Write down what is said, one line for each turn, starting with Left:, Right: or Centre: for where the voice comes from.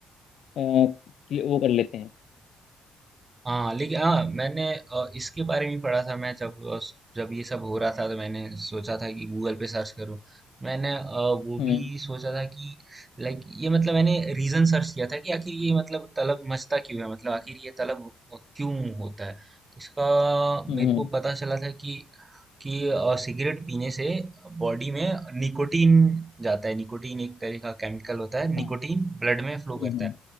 Left: अ, वो कर लेते हैं
Right: हाँ लेकिन हाँ मैंने अ, इसके बारे में पढ़ा था मैं जब अ, जब ये सब हो रहा था तो मैंने सोचा था कि गूगल पे सर्च करूँ मैंने अ, वो
Left: हम्म
Right: भी सोचा था कि लाइक ये मतलब मैंने रीजन सर्च किया था कि आखिर ये मतलब तलब मचता क्यों है मतलब आखिर ये तलब क्यों होता है तो इसका
Left: हम्म
Right: मेरे
Left: हम्म,
Right: को पता चला था कि कि अ, सिगरेट पीने से बॉडी में निकोटीन जाता है निकोटीन एक तरह का केमिकल होता है निकोटीन
Left: हाँ
Right: ब्लड में फ्लो करता
Left: हम्म हम्म
Right: है